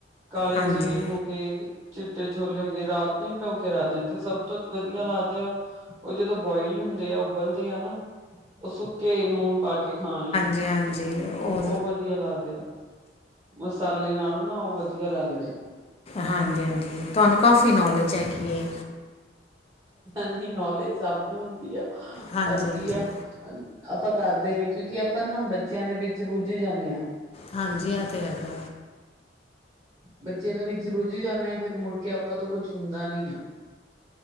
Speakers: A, on the right; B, on the left.
A: ਕਾਲੇ
B: ਹਾਂਜੀ
A: ਚਨੇ ਹੋ ਗਏ ਚਿੱਟੇ ਛੋਲੇ ਹੋ ਗਏ ਰਾਤ ਨੂੰ ਹੀ ਭਿਉਂਕੇ ਰੱਖਦੇ ਆ ਤੇ ਸਭ ਤੋਂ ਵਧੀਆ ਲਗਦੇ ਆ ਉਹ ਉਹ ਜਦੋਂ ਬੋਇਲਡ ਹੁੰਦੇ ਆ ਉਬਲਦੇ ਆ ਨਾ, ਉਹ ਸੁੱਕੇ ਨੂਨ ਪਾ ਕੇ ਖਾਣ ਲਈ
B: ਜੀ ਹਾਂਜੀ ਉਹ
A: ਉਹ ਵਧੀਆ ਲੱਗਦੇ ਆ, ਮਸਾਲੇ ਨਾਲੋਂ ਨਾ ਉਹ ਵਧੀਆ ਲੱਗਦੇ ਆ।
B: ਹਾਂਜੀ- ਹਾਂਜੀ ਤੁਹਾਨੂੰ ਕਾਫੀ ਨੌਲੇਜ ਹੈਗੀ ਏ।
A: ਨਹੀਂ ਨੌਲੇਜ ਸਭ ਨੂੰ ਹੁੰਦੀ ਆ
B: ਹਾਂਜੀ
A: ਪਰ ਕੀ
B: ਹਾਂਜੀ
A: ਆ ਆਪਾਂ ਕਰਦੇ ਨੀ ਕਿਉਂਕਿ ਆਪਾਂ ਨਾ ਬੱਚਿਆਂ ਦੇ ਵਿੱਚ ਰੁੱਝ ਜਾਂਦੇ ਹਾਂ।
B: ਹਾਂਜੀ ਆ ਤੇ ਹੈਗਾ।
A: ਬੱਚਿਆਂ ਦੇ ਵਿੱਚ ਰੁੱਝ ਜਾਂਦੇ ਆ ਫਿਰ ਮੁੜਕੇ ਆਪਾਂ ਤੋਂ ਕੁੱਛ ਹੁੰਦਾ ਨੀ ਆ‌।